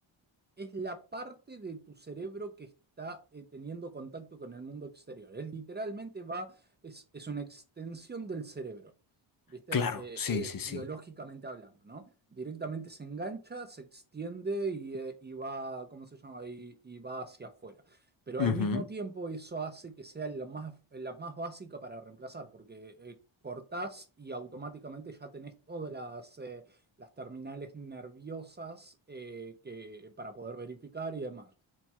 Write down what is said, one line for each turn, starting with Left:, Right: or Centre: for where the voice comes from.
Right: es la parte de tu cerebro que está eh, teniendo contacto con el mundo exterior. Es literalmente va, es, es una extensión del cerebro, ¿viste?
Left: Claro,
Right: Eh,
Left: sí, sí,
Right: eh, biológicamente
Left: sí.
Right: hablando, ¿no? Directamente se engancha, se extiende y, eh, y va, ¿cómo se llama? Y, y va hacia afuera. Pero
Left: Ujú.
Right: al mismo tiempo eso hace que sea la más, la más básica para reemplazar, porque eh, cortás y automáticamente ya tenés todas las... eh, las terminales nerviosas eh, que, para poder verificar y demás.